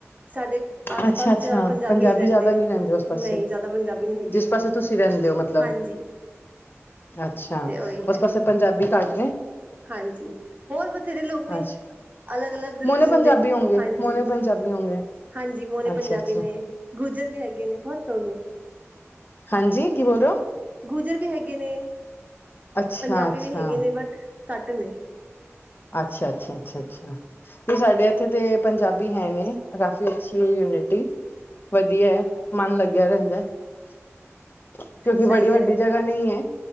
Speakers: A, on the right; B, on the left.
A: ਸਾਡੇ ਆਸ
B: ਅੱਛਾ
A: ਪਾਸ
B: ਅੱਛਾ
A: ਜ਼ਿਆਦਾ ਪੰਜਾਬੀ ਨਹੀਂ ਰਹਿੰਦੇ।
B: ਜ਼ਿਆਦਾ ਉਸ ਪਾਸੇ
A: ਨਹੀਂ ਜ਼ਿਆਦਾ ਪੰਜਾਬੀ ਨਹੀਂ ਹੈਗੇ।
B: ਜਿਸ ਪਾਸੇ ਤੁਸੀਂ ਮਤਲਬ,
A: ਹਾਂਜੀ
B: ਅੱਛਾ।
A: ਤੇ ਉਹੀ
B: ਉਸ
A: ਹੈ
B: ਪਾਸੇ ਪੰਜਾਬੀ ਘਾਟ
A: ਹਾਂਜੀ ।ਹੋਰ ਬਥੇਰੇ ਲੋਕ ਨੇ
B: ਅੱਛਾ
A: ਅਲੱਗ -ਅਲੱਗ ਰਿਲੀਜ਼ਨ
B: ਮੋਨੇ ਪੰਜਾਬੀ
A: ਦੇ
B: ਹੋਂਗੇ
A: ।ਹਾਂਜੀ।
B: ਮੋਨੇ ਪੰਜਾਬੀ ਹੋਂਗੇ
A: ਹਾਂਜੀ। ਮੋਲੇ
B: ਅੱਛਾ
A: ਪੰਜਾਬੀ
B: ਅੱਛਾ
A: ਨੇ, ਗੁਜਰ ਵੀ ਹੈਗੇ ਨੇ ਬਹੁਤ ਲੋਕ ਨੇ
B: ਹਾਂਜੀ ਕੀ ਬੋਲ ਰਹੇ ਹੋ
A: ਗੁਜਰ ਵੀ ਹੈਗੇ ਨੇ,
B: ਅੱਛਾ
A: ਪੰਜਾਬੀ
B: ਅੱਛਾ
A: ਵੀ ਹੈਗੇ ਨੇ, ਬਟ ਘੱਟ ਨੇ
B: ਅੱਛਾ- ਅੱਛਾ- ਅੱਛਾ -ਅੱਛਾ ਤੇ ਸਾਡੇ ਇੱਥੇ ਤੇ ਪੰਜਾਬੀ ਹੈ ਨੇ। ਕਾਫੀ ਅੱਛੀ ਯੂਨਿਟੀ, ਵਧੀਆ। ਮਨ ਲੱਗਿਆ ਰਹਿੰਦਾ ਹੈ। ਕਿਉਂਕਿ
A: ਸਹੀ
B: ਬੜੀ ਵੱਡੀ
A: ਹੈ
B: ਜਗ੍ਹਾ ਨਹੀਂ ਹੈ।